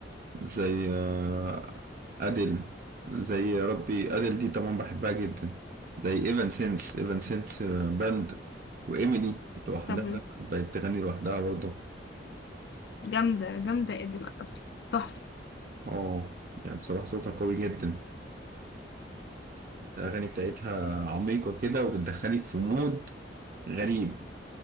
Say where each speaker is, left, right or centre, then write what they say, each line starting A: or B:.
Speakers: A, on the right; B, on the left.
A: زي آه، اديل زي يا ربي اديل دي طبعا بحبها جدا زي ايفان سينس ايفان سينس باند وايميلي لوحدها
B: طب
A: بقت تغني لوحدها برضه
B: جامدة جامدة ادل أصلا تحفة
A: اه يعني بصراحه صوتها قوي جدا الأغاني بتاعتها عميقة كده وبتدخلك في مود غريب